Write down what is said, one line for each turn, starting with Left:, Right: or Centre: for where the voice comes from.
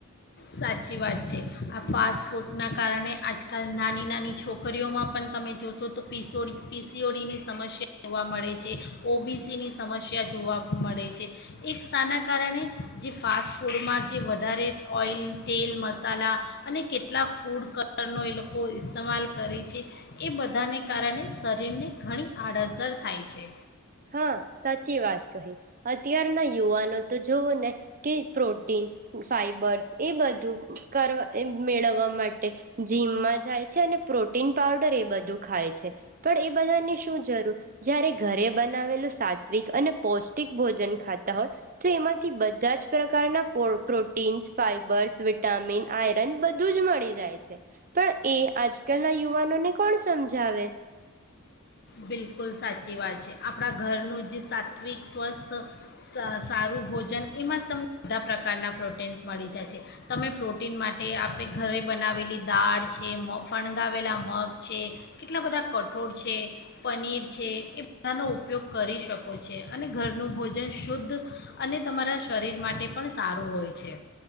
Left: સાચી વાત છે, આ ફાસ્ટ ફૂડના કારણે આજકાલ નાની નાની છોકરીઓમાં પણ તમે જોશો તો પીસો પી સી ઓ ડીની સમસ્યા જોવા મળે છે, ઓ બી સીની સમસ્યા જોવા મળે છે, એક સાના કારણે, જે ફાસ્ટ ફૂડમાં જે વધારે ઓઇલ, તેલ, મસાલા અને કેટલાક ફૂડ કલરનો એ લોકો ઇસ્માલ કરે છે એ બધાને કારણે શરીરને ઘણી આડઅસર થાય છે.
Right: હા સાચી વાત કહી. અત્યારના યુવાનો તો જોવો ને કે પ્રોટીન, ફાઈબર્સ એ બધું અ કર મેળવવા માટે જીમમાં જાય છે અને પ્રોટીન પાવડર એ બધું ખાય છે, પણ એ બધાની શું જરૂર, જ્યારે ઘરે બ નાવેલું સાત્વિક અને પૌષ્ટિક ભોજન ખાતા હોય, તો એમાંથી બધા જ પ્રકારના પોર્ટ પ્રોટીન્સ, ફાઈબર્સ, વિટામિન, આયરન બધું જ મળી જાય છે, પણ એ આજકલના યુવાનોને કોણ સમજાવે?
Left: બિલકુલ સાચી વાત છે. આપણા ઘરનું જ જે સાત્વિક, સ્વસ્થ, સારું ભોજન એમાં જ તમને બધા પ્રકારના પ્રોટીન્સ મળી જાય છે. તમે પ્રોટીન માટે આપણે ઘરે બનાવેલી દાળ છે, મ ફણગાવેલા મગ છે, કેટલા બધા કઠોળ છે પનીર છે, એ બધાનો ઉપયોગ કરી શકો છે, અને ઘરનું ભોજન શુદ્ધ અને તમારા શરીર માટે પણ સારું હોય છે.